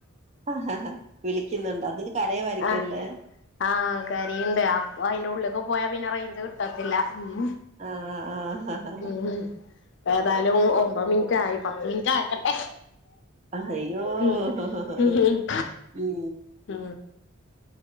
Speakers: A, on the right (about 30°); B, on the left (about 55°).
A: അഹ് ഹ ഹ വിളിക്യുന്നുണ്ടോ തിന് കരയുവായിരിക്യുല്ലേ
B: ആഹ് ആഹ് കരയ്ണ്ട് അപ്പൊ അയിന്റെ ഉള്ള്ക്ക് പോയാ പിന്നെ റേഞ്ച് കിട്ടത്തില്ല ഉം
A: ആഹ് ആഹ്
B: ഉം ഏതായാലും ഒമ്പത് മിൻറ്റായി പത്ത് മിൻറ്റ് ആക്കട്ടെ
A: അഹയ്യോ
B: ഉം
A: ഹ ഹ ഹ
B: ഉം
A: മ്
B: ഉം